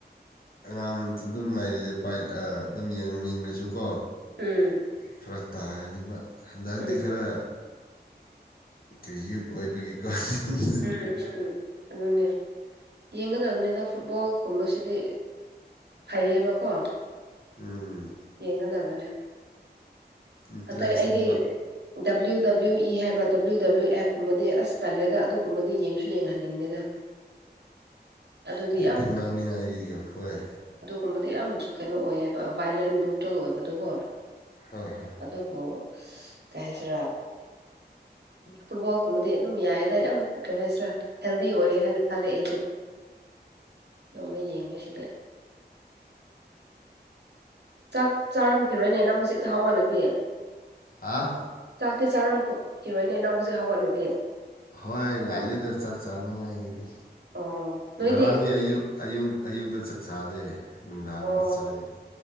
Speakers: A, on the left (about 55°); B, on the right (about 70°).
A: ꯑꯉꯥꯡꯇꯨ ꯗꯨꯝ ꯂꯩꯔꯗꯤ ꯄꯥꯏ ꯑꯗꯨꯝ ꯌꯦꯡꯅꯤꯡꯉꯁꯨ ꯀꯣ꯫
B: ꯎꯝ
A: ꯐꯔꯛ ꯇꯥꯔꯅꯤꯕ ꯍꯟꯗꯛꯇꯤ
B: ꯎꯝ
A: ꯈꯔ ꯇꯌꯨꯠ ꯑꯣꯏꯕꯒꯤ ꯑꯁ ꯍꯨ
B: ꯎꯝ
A: ꯍ
B: ꯎꯝ ꯑꯗꯨꯅꯦ ꯌꯦꯡꯒꯗꯝꯅ‌ꯦꯗ ꯐꯨꯠꯕꯣꯜ ꯀꯨꯝꯕꯁꯤꯗꯤ ꯐꯩꯌꯦꯕꯀꯣ꯫
A: ꯎꯝ
B: ꯌꯦꯡꯒꯗꯕꯅꯦ꯫
A: ꯏꯟꯇꯔꯦꯁꯅꯦꯕ
B: ꯑꯇꯩ ꯑꯩꯗꯤ ꯗꯕ꯭ꯂꯤꯎ ꯗꯕ꯭ꯂꯤꯎ ꯏ ꯍꯥꯏꯕ꯭ꯔꯥ ꯗꯕ꯭ꯂꯤꯎ ꯗꯕ꯭ꯂꯤꯎ ꯑꯦꯞꯀꯨꯝꯕꯗꯤ ꯑꯁ ꯇꯜꯂꯦꯗ ꯑꯗꯨꯒꯨꯝꯕꯗꯤ ꯌꯦꯡꯁꯨ ꯌꯦꯡꯍꯟꯅꯤꯡꯗꯦꯗ꯫ <inaudible> ꯑꯗꯨꯗꯤ
A: ꯃꯤ
B: ꯌꯥꯝ
A: ꯐꯨꯅꯥꯅꯤꯉꯥꯏꯒꯤꯒ ꯍꯣꯏ
B: ꯒꯨꯝꯕꯗꯤ ꯌꯥꯝ ꯀꯩꯅꯣ ꯑꯣꯏꯌꯦꯕ ꯚꯥꯏꯂꯦꯟ ꯕ꯭ꯔꯨꯇꯦꯜ ꯑꯣꯏꯕꯗꯨ ꯀꯣ
A: ꯍꯣꯏ ꯍꯣꯏ
B: ꯑꯗꯨꯕꯨ ꯀꯩ ꯍꯥꯏꯁꯤꯔꯥ꯫ ꯐꯨꯠꯕꯣꯜ ꯀꯨꯝꯕꯗꯤ ꯑꯗꯨꯝ ꯌꯥꯏꯌꯦꯗ ꯌꯥꯝ ꯀꯩ ꯍꯥꯏꯁꯤꯔꯥ ꯍꯦꯜꯗꯤ ꯑꯣꯏꯔꯦ ꯍꯥꯏꯅ ꯈꯜꯂꯦ ꯑꯩꯗꯨ ꯂꯣꯏꯃ ꯌꯦꯡꯕꯁꯤꯗꯤ ꯆꯥꯛ ꯆꯥꯔꯝꯈꯤꯔꯣꯏꯅꯦ ꯅꯪ ꯍꯧꯖꯤꯛꯁꯦ ꯍꯧꯍꯜꯂꯗꯤ
A: ꯍꯥꯥ
B: ꯆꯥꯛꯇꯤ ꯆꯥꯔꯝ ꯈꯣꯠꯈꯤꯔꯣꯏꯅꯦ ꯅꯪ ꯍꯧꯖꯤꯛ ꯍꯧꯒꯠꯂꯗꯤ꯫
A: ꯍꯣꯏ ꯉꯥꯜꯂꯤꯗ ꯆꯥꯛ ꯆꯥꯅꯤꯡꯉꯥꯏꯒꯤꯗꯤ
B: ꯑꯣ ꯅꯣꯏꯗꯤ
A: ꯉꯔꯥꯡꯗꯤ ꯑꯌꯨꯛ ꯑꯌꯨꯛꯇ ꯆꯥꯛ ꯆꯥꯗꯦ ꯅꯨꯡꯗꯥꯡꯗ
B: ꯑꯣ
A: ꯆꯥꯏꯌ‌ꯦ꯫